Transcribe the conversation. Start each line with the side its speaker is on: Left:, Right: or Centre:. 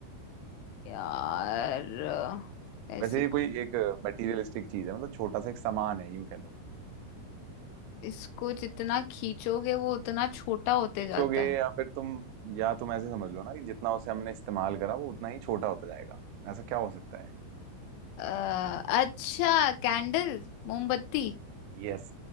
Left: यार ऐसी
Right: वैसे ये कोई एक मटेरियलिस्टिक चीज है मतलब छोटा सा एक सामान है यूं कह लो
Left: इसको जितना खींचोगे वो उतना छोटा होते
Right: खींचोगे
Left: जाता है
Right: या फिर तुम या तुम ऐसे समझ लो ना कि जितना उसे हमने इस्तेमाल करा वो उतना ही छोटा होता जाएगा ऐसा क्या हो सकता है
Left: अ, अच्छा कैंडल मोमबत्ती
Right: यस